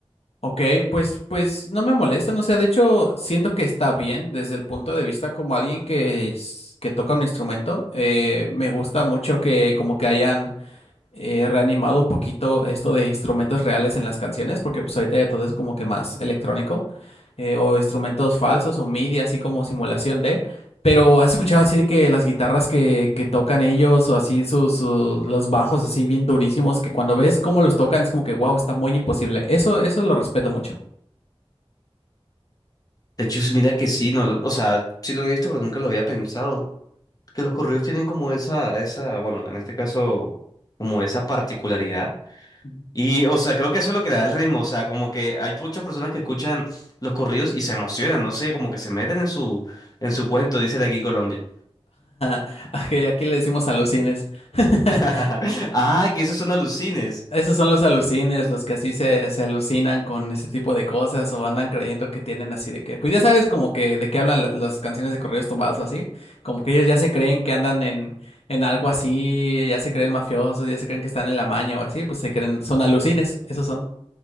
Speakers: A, on the left; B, on the left.
A: Ok, pues, pues no me molesta, no sé, de hecho siento que está bien desde el punto de vista como alguien que, es- que toca un instrumento. eh, me gusta mucho que como que hayan eh, reanimado un poquito esto de instrumentos reales en las canciones, porque pues ahorita ya todo es como que más electrónico, eh, o instrumentos falsos o MIDI, así como simulación de, pero has escuchado así de que las guitarras que, que tocan ellos o así sus, su- los bajos así bien durísimos, que cuando ves cómo los tocan es como que wow, está muy imposible. Eso, eso lo respeto mucho.
B: De hecho, mira que sí, no, lo- o sea, sí lo he visto, pero nunca lo había pensado. Que los corridos tienen como esa, esa, bueno, en este caso, como esa particularidad
A: <laughs> Ujú.
B: Y, o sea, creo que eso es lo que le da el ritmo. O sea, como que hay muchas personas que escuchan los corridos y se emocionan, no sé, como que se meten en su, en su cuento, dicen aquí en Colombia.
A: <laughs> ok, aquí le decimos alucines. <laughs>
B: <laughs> Ah, que esos son alucines.
A: Esos son los alucines, los que así se, se alucinan con ese tipo de cosas o andan creyendo que tienen así de que, pues ya sabes como que de qué hablan la- las canciones de corridos tumbados o así, como que ellos ya se creen que andan en, en algo así, ya se creen mafiosos, ya se creen que están en la maña o así, pues se creen, son alucines, esos son.